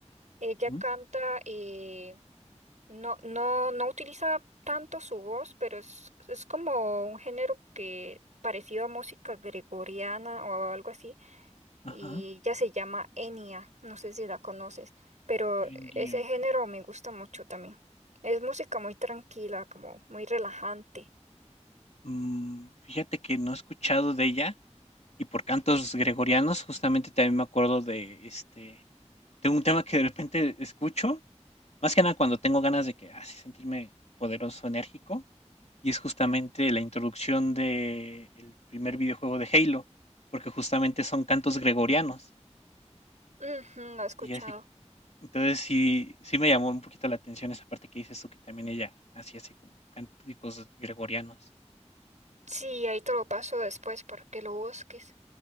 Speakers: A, on the right; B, on the left.
A: ella
B: mm,
A: canta eh, No, no, no utiliza tanto su voz, pero es, es como un género que parecido a música gregoriana o algo así,
B: ajá.
A: y ya se llama Enya, no sé si la conoces, pero
B: India.
A: ese género me gusta mucho también. Es música muy tranquila, como muy relajante.
B: Mm, fíjate que no he escuchado de ella, y por cantos gregorianos, justamente también me acuerdo de, este, tengo un tema que de repente escucho Más que nada cuando tengo ganas de que, así sentirme poderoso, enérgico, y es justamente la introducción de el primer videojuego de Halo, porque justamente son cantos gregorianos,
A: Ujú, lo he escuchado.
B: y así entonces sí sí me llamó un poquito la atención esa parte que dices tú, que también ella hacía así como cánticos gregorianos.
A: Sí, ahí te lo paso después para que lo busques.